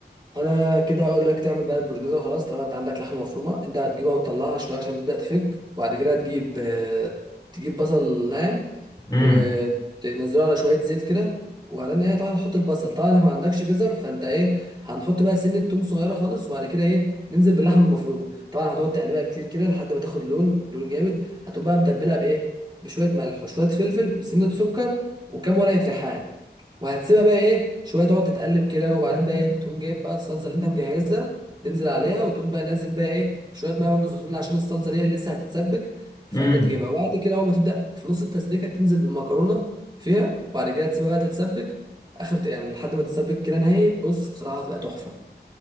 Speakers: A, on the right (about 25°); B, on the left (about 25°).
A: انا كده هقول لك تعمل بقى البرنيزه وخلاص طالما انت عندك لحمه مفرومه انت هتجيبها وتطلعها شويه عشان تبدا تفك وبعد كده هتجيب آه، تجيب بصل ناعم
B: <laughs> امم
A: وتنزله على شويه زيت كده وبعدين ايه طبعا تحط البصل طبعا احنا ما عندكش جزر فانت ايه هنحط بقى سنه توم صغيره خالص وبعد كده ايه ننزل باللحمه المفرومه طبعا هتقعد تقلبها كتير كده لحد ما تاخد لون لون جامد هتقوم بقى متبلها بايه بشويه ملح وشويه فلفل وسنه سكر وكام ورقه ريحان وهتسيبها بقى ايه شويه تقعد تتقلب كده وبعدين بقى إيه تقوم جايب بقى الصلصه اللي انت مجهزها تنزل عليها وتقوم بقى نازل بقى ايه بشويه ميه برضه سخنين عشان الصلصه دي لسه هتتسبك فانت
B: امم
A: تجيبها وبعد كده اول ما تبدا في نص التسبيكه تنزل بالمكرونه فيها وبعد كده تسيبها بقى تتسبك اخر يعني لحد ما تتسبك كده نهائي بص بصراحه هتبقى تحفه